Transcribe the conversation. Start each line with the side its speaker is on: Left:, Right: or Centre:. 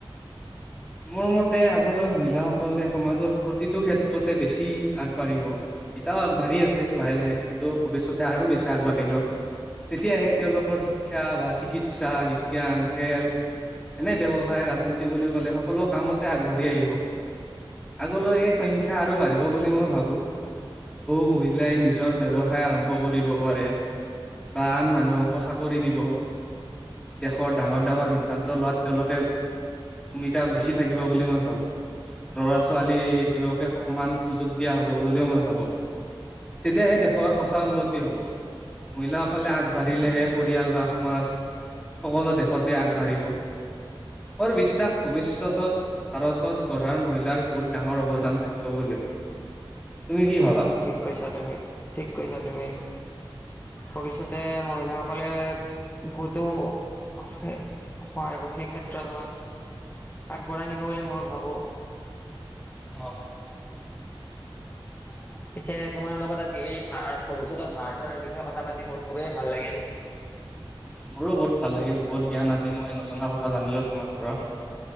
Centre: মোৰ মতে আগলৈ মহিলাসকলে সমাজৰ প্ৰতিটো ক্ষেত্ৰতে বেছি আগবাঢ়িব এ আগবাঢ়ি আছে লাহে লাহে কিন্তু ভৱিষ্যতে আৰু বেছি আগবাঢ়িব তেতিয়াহে তেওঁলোকৰ শিক্ষা বা চিকিৎসা বিজ্ঞান খেল এনে ব্য্ৱসায় ৰাজনীতি বুলি কলে সকলো কামতে আগবাঢ়ি আহিব আগলৈ এই সংখ্যা আৰু বাঢ়িব বুলি মই ভাবো। বহু মহিলাই নিজৰ ব্যৱসায় আৰম্ভ কৰিব পাৰে। বা আন মানুহকো চাকৰি দিব। দেশৰ ডাঙৰ ডাঙৰ সিদ্ধান্ত লোৱাত তেওঁলোকে ভূমি। কা বেছি থাকিব বুলি মই ভাবোঁ। ল'ৰা ছোৱালী দুয়োকে সমান। সুযোগ দিয়া হ'ব বুলিও মই ভাবো। তেতিয়াহে দেশৰ সঁচা উন্নতি হ'ব, মহিলাসকলে আগবাঢ়িলেহে
Left: হয়
Centre: পৰিয়াল বা। সমাজ, সকলো দেশতে আগবাঢ়িব। মোৰ বিশ্বাস। ভৱিষ্যতত, ভাৰতৰ গঢ়াৰ মহিলাৰ বহুত ডাঙৰ অৱদান থাকিব বুলি। তুমি কি
Left: হয়',
Centre: ভাবা
Left: হয়' ঠিক কৈছা তুমি, ঠিক কৈছা তুমি। ভৱিষ্যতে, মহিলাসকলে। বহুতো, সহায় কৰে সেই ক্ষেত্ৰত আমাক। আগবঢ়াই নিব বুলি মইও ভাবো।
Centre: অহ'।
Left: <unintelligible> পিছে তোমাৰ লগত আজি এই ভাৰ ভৱিষ্যতৰ ভাৰতৰ বিষয়ে কথা পাতি মোৰ খুবেই ভাল লাগিল। <unintelligible>
Centre: মোৰো বহুত ভাল লাগিল বহুত জ্ঞান আজি মই নজনা কথা জানিলো, তোমাৰ পৰা।